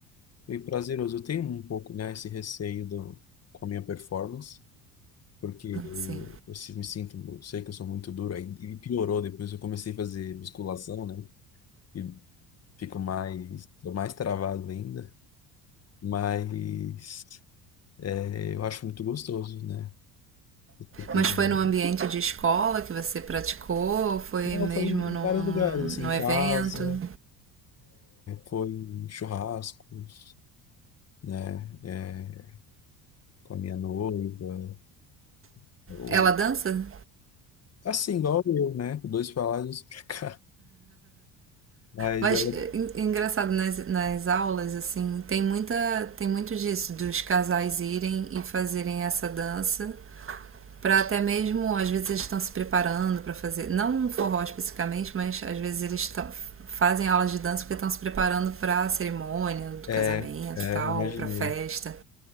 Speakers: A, on the left (about 40°); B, on the right (about 30°).
A: bem prazeroso. Eu tenho um pouco, né, esse receio do, com a minha performance, porque
B: Sim.
A: eu se- me sinto, eu sei que eu sou muito duro. aí- E piorou depois eu comecei a fazer musculação, né? E fico mais, tô mais travado ainda. Mas é, eu acho muito gostoso, né? Eu tô
B: Mas
A: dando-
B: foi num ambiente de escola que você praticou? Ou foi
A: Não,
B: mesmo
A: foi em
B: num,
A: vários lugares, assim,
B: num
A: em casa.
B: evento?
A: Foi em churrascos, né? É, com a minha noiva. Eu-
B: Ela dança?
A: assim, igual eu, né? Dois pra lá e dois pra cá. <laughs> Mas
B: Mas
A: ela
B: é engraçado, nas, nas aulas, assim, tem muita. tem muito disso, dos casais irem e fazerem essa dança. para até mesmo, às vezes eles estão se preparando para fazer, não um forró especificamente, mas às vezes eles estão fazem aulas de dança porque estão se preparando para a cerimônia do
A: é,
B: casamento
A: é,
B: e tal,
A: imaginei.
B: para a festa.